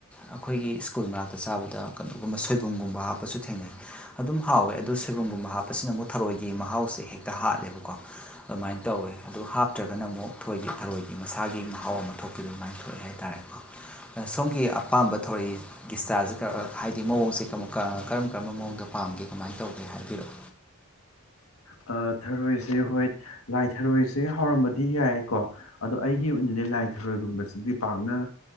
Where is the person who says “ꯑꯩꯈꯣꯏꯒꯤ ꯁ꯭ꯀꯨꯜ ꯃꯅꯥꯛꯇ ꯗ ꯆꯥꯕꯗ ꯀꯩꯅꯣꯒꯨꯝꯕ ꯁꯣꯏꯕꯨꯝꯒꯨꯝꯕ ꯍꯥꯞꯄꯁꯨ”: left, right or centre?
Centre